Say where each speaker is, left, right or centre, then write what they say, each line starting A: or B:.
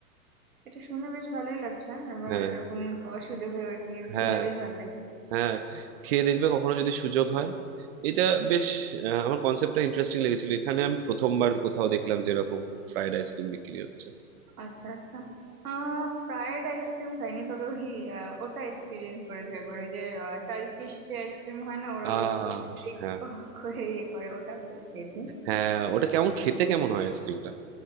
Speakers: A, on the right (about 75°); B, on the right (about 45°).
A: এটা শুনে বেশ ভালোই লাগছে হ্যাঁ। আবার
B: হ্যাঁ
A: কোনদিন খাওয়ার সুযোগ হয়ে ওঠেনি
B: হ্যাঁ
A: শুনে বেশ ভালো লাগছে
B: হ্যাঁ খেয়ে দেখবে কখনো যদি সুযোগ হয় এটা বেশ আহ, আমার কনসেপ্টটা ইন্টারেস্টিং লেগেছিল এখানে আমি প্রথমবার কোথাও দেখলাম যে এরকম ফ্রাইড আইসক্রিম বিক্রি হচ্ছে
A: আচ্ছা আচ্ছা আহ ফ্রায়েড আইসক্রিম খাইনি তবে ওই আহ, ওটা এক্সপিরিয়েন্স করেছি একবার ওই যে টার্কিশ যে আইসক্রিম হয় না ওরা
B: আহ
A: ওই ট্রিক
B: হ্যাঁ
A: করে ইয়ে করে ওটা করে খেয়েছি
B: হ্যাঁ ওটা কেমন খেতে কেমন হয় আইসক্রিমটা